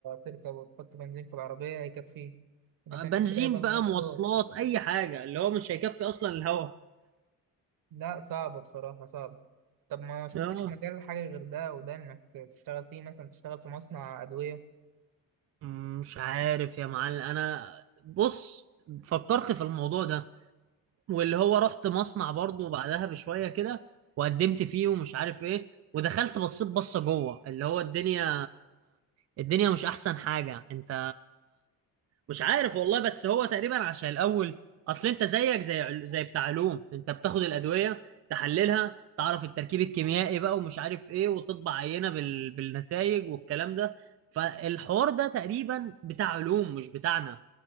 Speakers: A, on the right; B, on the right.
A: تركب وتحط بنزين في العربية هيكفيه ما كانش
B: بنزين
A: كده يبقى المواصلات
B: بقى مواصلات اي حاجه اللي هو مش هيكفي اصلا الهوا
A: لا صعب بصراحة صعب طب ما شفتش
B: اه
A: مجال حاجة غير ده وده انك تشتغل فيه مثلا تشتغل في مصنع أدوية
B: مش عارف يا معلم انا بص فكرت في الموضوع ده واللي هو رحت مصنع برضو بعدها بشويه كده وقدمت فيه ومش عارف ايه ودخلت بصيت بصه جوه اللي هو الدنيا الدنيا مش احسن حاجه انت مش عارف والله بس هو تقريبا عشان الاول اصل انت زيك زي عل- زي بتاع علوم انت بتاخد الادويه تحللها تعرف التركيب الكيميائي بقى ومش عارف ايه وتطبع عينه بال... بالنتائج والكلام ده فالحوار ده تقريبا بتاع علوم مش بتاعنا